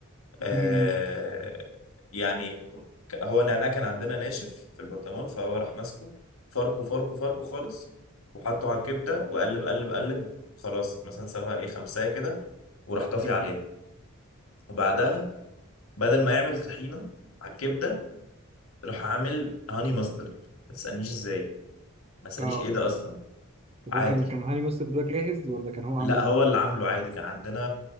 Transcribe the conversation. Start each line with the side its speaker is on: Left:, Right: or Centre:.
Left: آه
Right: امم
Left: يعني ك- هو نعناع كان عندنا ناشف في البرطمان فهو راح ماسكه فركه فركه فركه خالص وحطه على الكبده وقلب قلب قلب وخلاص مثلا سابها ايه خمسه كده وراح طافي
Right: أمم.
Left: عليه وبعدها بدل ما يعمل طحينه على الكبده راح عامل هاني ماسترد ما تسألنيش ازاي ما اسألنيش
Right: اه
Left: ايه ده اصلا
Right: طب
Left: عادي
Right: هو كان كان هاني مستر ده جاهز ولا كان هو
Left: لا
Right: عمله
Left: هو
Right: برضه
Left: اللي عامله عادي كان عندنا